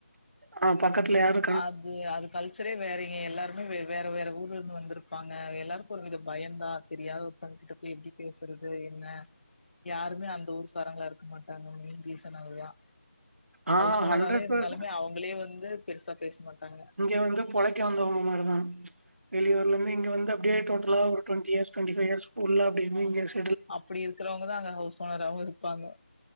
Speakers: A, on the right; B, on the left.
A: ஆ பக்கத்துல யாரும்
B: அது அது கல்ச்சரே வேறயே எல்லாருமே வே வேற வேற ஊர்ல இருந்து வந்திருப்பாங்க எல்லாருக்கும் ஒரு வித பயந்தான் தெரியாத ஒருத்தங்க கிட்ட எப்டி பேசுறது என்ன யாருமே அந்த ஊருக்காரங்களா இருக்க மாட்டாங்க மெயின் ரீசன் அது தான்
A: ஆ
B: ஹௌஸ் ஓனராவே
A: ஹண்ட்ரட்
B: இருந்தாலுமே
A: பர்
B: அவுங்களே வந்து பெருசா பேச மாட்டாங்க
A: இங்கே வந்து பொழைக்க வந்தவங்க மாரி தான் வெளியூர்ல இருந்து இங்க வந்து அப்டியே டோட்டலா ஒரு ட்வொண்டி இயர்ஸ் டுவொண்டிஃபைவ் இயர்ஸ் ஃபுல்லா அப்டிய் இப்டிங் கேஸ்
B: அப்பிடி இருக்கிறவங்க தான் அங்க ஹவுஸ் ஓனராவும் இருப்பாங்க